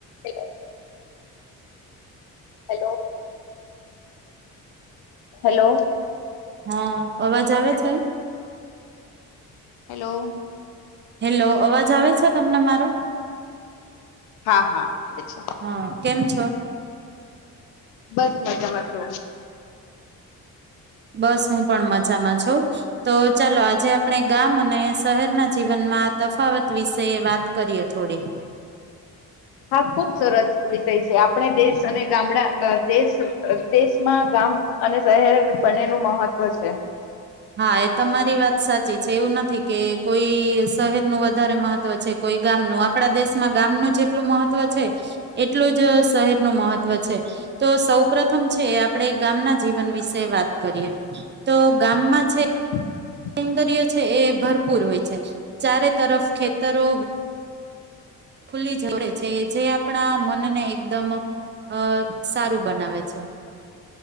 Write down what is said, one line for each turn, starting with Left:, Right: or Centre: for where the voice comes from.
Left: એ hello hello
Right: હા અવાજ આવે
Left: હેલો
Right: છે.
Left: હેલો
Right: હેલો અવાજ આવે છે. તમને મારો
Left: હા હા આવે છે
Right: હા કેમ છો
Left: બસ મજામાં છુ.
Right: બસ હું પણ મજામાં છ તો ચાલો જે આપણે ગામ અને શહેરના જીવનમાં તફાવત વિશે વા કરીએ થોડી
Left: હા ખુબ સરસ વિષય છે આપણે દેશ અને ગામડા અ દેશ દેશમાં ગામ અને શહેર બને નું મહત્વ છે.
Right: હા એ તમારી વાત સાચી છે એવું નથી કે કોઈ શહેરનું વધારે મહ તો છે કોઈ ગામ નુ આપણા દેશ માં ગામનું જેટલું મહત્વ છે એટલું જ શહેરનુ મહત્વ છે. તો સૌ પ્રથમ છે આપણેે ગામના જીવન વિશે વાત કરીએ તો ગામમાં
Left: <inaudible>
Right: છે સૌંદર્ય છે એ ભરપૂર હોય છે ચારે તરફ ખેતરો ખુલ્લી <unintelligible> છે જે આપણા મનને એકદમ અ સારું બનાવે છે.